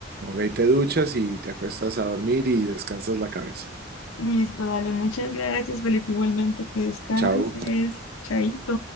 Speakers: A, on the right (about 50°); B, on the left (about 85°).
A: Ok, te duchas y te acuestas a dormir y descansas la cabeza.
B: Listo, dale, muchas gracias, Felipe. Igualmente, que descanses.
A: Chao.
B: Chaito.